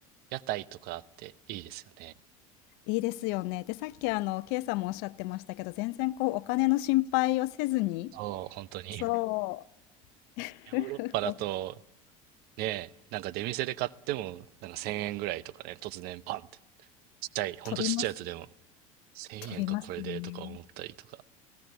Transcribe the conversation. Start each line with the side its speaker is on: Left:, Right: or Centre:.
Right: 屋台とかあっていいですよね。
Left: いいですよね。で、さっきあの、ケイさんもおっしゃってましたけど、全然こう、お金の心配をせずに、
Right: そう、本当に。
Left: そう、<laughs>
Right: ヨーロッパだと、
Left: お
Right: ね、なんか出店で買っても、なんか1000円ぐらいとかね、突然パンって。ちっちゃい、ほんとちっちゃいやつでも、
Left: 飛びます、
Right: 1000円かこれでとか思ったりとか、
Left: 飛びますよね。